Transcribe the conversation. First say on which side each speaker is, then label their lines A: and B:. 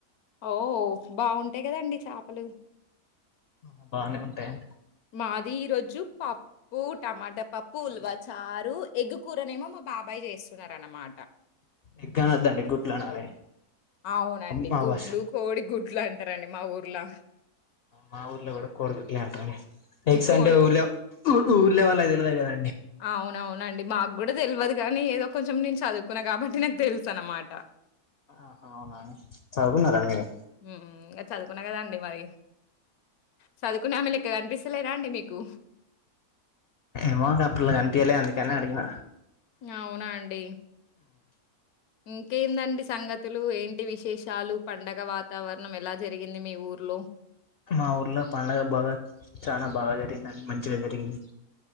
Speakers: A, on the left; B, on the left.
A: ఓ బాగుంటాయ్ గదండి చాపలు
B: ఆ బానే ఉంటాయం
A: మాది ఈరోజు పప్పు, టమాటా పప్పు, ఉల్వచారు, ఎగ్గు కూూరనేమో మా బాబాయ్ చేస్సున్నరు అనమా
B: ఎగ్గా అనొద్దండి గుడ్లు అనాలి
A: అవునండి
B: మా
A: గుడ్లు
B: భాష
A: కోడి గుడ్లు అంటారండి మా ఊరు పిల్లా
B: మా ఊర్లో కూడా కోరుకుట్లేంటని ఎక్స్
A: కోడి
B: అంటే ఊర్లో ఊ ఊర్లే వాళ్ళకి తెల్వదా
A: అవును అవున్ నండి మాగ్గూడా తెల్వదు కానీ ఏదో కొంచెం నేను చదువుకున్నా కాబట్టి నాకు తెలుసు అన్నమాట
B: ఆ అవునా చదువుకున్నారా మీరు
A: మ్మ్ హ్మ్ ఇంగా చదువుకున్నా కదండి మరి సదుకునే ఆమె లె ఇకనిపిస్తలేదా అండి మీకు
B: ఏమో గా పిల్ల కనిపియ్యలె అందుకనే అడిగిన
A: అవునా అండి ఇంకేందండి సంగతులు ఏంటి విశేషాలు పండగ వాతావరణం ఎలా జరిగింది. మీ ఊర్లో,
B: మా ఊర్లో పండుగ బాగా చానా బాగా జరిగింది అండి మంచిగా జరిగింది